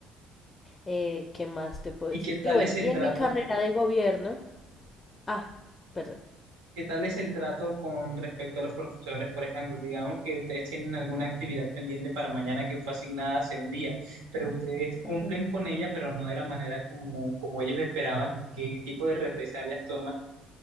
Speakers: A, on the left (about 25°); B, on the right (about 85°).
A: eh, ¿qué más te puedo
B: ¿Y
A: decir?
B: qué tal
A: Y bueno,
B: es el
A: y en
B: trato?
A: mi carrera de gobierno, ah, perdón.
B: ¿Qué tal es el trato con respecto a los profesores? Por ejemplo, digamos que ustedes tienen alguna actividad pendiente para mañana que fue asignada hace un día, pero ustedes cumplen
A: ujú,
B: con ella, pero no de la manera como, como ellos esperaban. ¿Qué tipo de represalias toman?